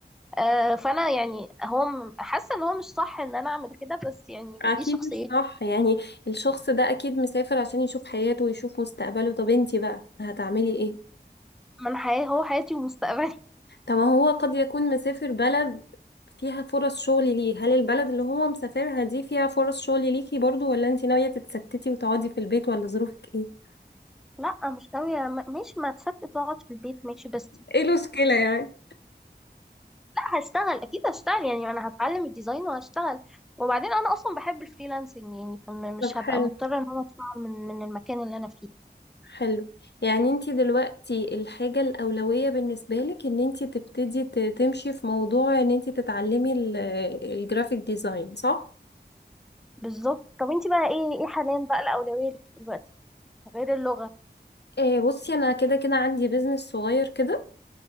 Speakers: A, in the centre; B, on the left.
A: آه فانا يعني هو م- حاسه ان هو مش صح ان انا اعمل كده بس يعني
B: اكيد
A: دي شخصيتي
B: مش صح يعني الشخص ده اكيد مسافر عشان يشوف حياته ويشوف مستقبله طب انتي بقى هتعملي ايه
A: من حياه هو حياتي ومستقبلي
B: طب ما هو قد يكون مسافر بلد فيها فرص شغل ليه هل البلد اللي هو مسافرها دي فيها فرص شغل ليكي برضو ولا انتي ناوية تتستتي وتقعدي في البيت ولا ظروفك ايه
A: <laughs> لا مش ناويه م- ماشي ما تصدق تقعد في البيت ماشي بس
B: ايه المشكلة يعني
A: لا، هشتغل اكيد هشتغل يعني انا هتعلم الديزاين وهشتغل وبعدين انا اصلا بحب الفريلانسنج يعني فمش
B: طب حلو
A: هبقى مضطره ان انا اشتغل من من المكان اللي انا فيه
B: حلو يعني انتي دلوقتي الحاجة الأولوية بالنسبة لك ان انتي تبتدي ت- تمشي في موضوع ان انتي تتعلمي ال- الجرافيك ديزاين صح؟
A: بالظبط طب انت بقى ايه ايه حاليا بقى الاولويه ليكي دلوقتي غير اللغه
B: إيه بصي انا كده كده عندي بيزنس صغير كده